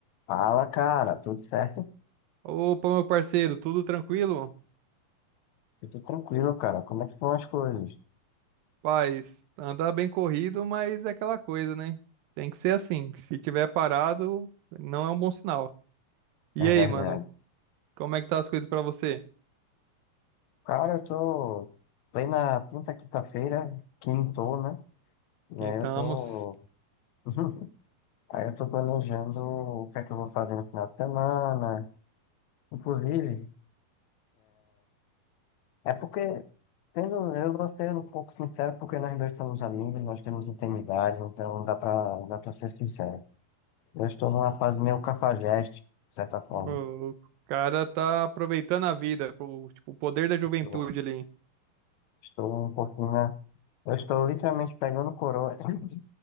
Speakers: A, on the left; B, on the right.
A: Fala, cara, tudo certo?
B: Opa, meu parceiro, tudo tranquilo?
A: eu Tudo tranquilo, cara. Como é que vão as coisas?
B: Paz, anda bem corrido, mas é aquela coisa, né? Tem que ser assim. Se tiver parado, não é um bom sinal. E
A: É
B: aí,
A: verdade.
B: mano, como é que tá as coisas pra você?
A: Cara, eu tô plena quinta quinta-feira, quintou, né? E
B: Quentamos.
A: aí eu tô. <laughs> Aí eu tô planejando o que é que eu vou fazer no final de semana. Inclusive, é porque, sendo, eu vou ser um pouco sincero, porque nós dois somos amigos, nós temos intimidade, então dá pra, dá pra ser sincero. Eu estou numa fase meio cafajeste, de certa forma.
B: O o cara tá aproveitando a vida, o, tipo, o poder da juventude
A: Eu
B: ali.
A: estou um pouquinho, né? Eu estou literalmente pegando coroa. <laughs>